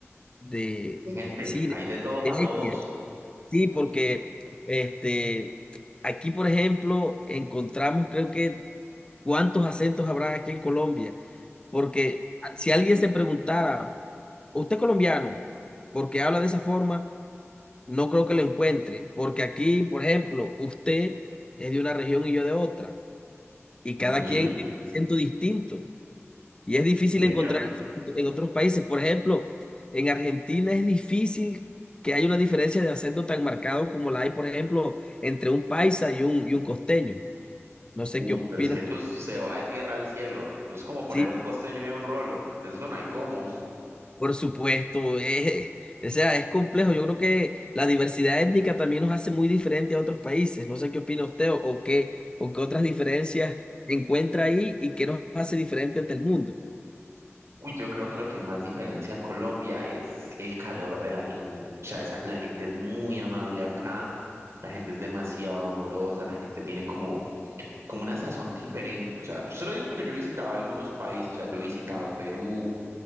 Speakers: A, on the left (about 20°); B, on the right (about 70°).
A: de,
B: Gente,
A: sí,
B: hay
A: de,
B: de todo para
A: de
B: todos.
A: etnias. Sí, porque este, aquí, por ejemplo, encontramos, creo que cuántos acentos habrá aquí en Colombia, porque ah, si alguien se preguntara, ¿usted es colombiano? Porque habla de esa forma, no creo que lo encuentre, porque aquí, por ejemplo, usted es de una región y yo de otra, y
B: Ujú,
A: cada quien tiene un acento distinto, y es difícil
B: sí, señor.
A: encontrar eso en otros países. Por ejemplo, en Argentina es difícil que haya una diferencia de acento tan marcado como la hay, por ejemplo, entre un paisa y un, y un costeño. No sé
B: Uy,
A: qué opinas.
B: pero es que eso se va de tierra al cielo. Eso es como poner
A: Sí,
B: un costeño y un rolo. Eso no hay cómo.
A: Por supuesto, eh, o sea, es complejo. Yo creo que la diversidad étnica también nos hace muy diferente a otros países. No sé qué opina usted o, o qué, o qué otras diferencias encuentra ahí y qué nos hace diferente ante el mundo.
B: Uy, yo creo que lo que más diferencia a Colombia es el calor de la gente. O sea, esa- la gente es muy amable acá, la gente es demasiado amorosa, la gente tiene como, como una sazón diferente. O sea, yo se lo digo porque yo he visitado algunos países, o sea, yo he visitado Perú,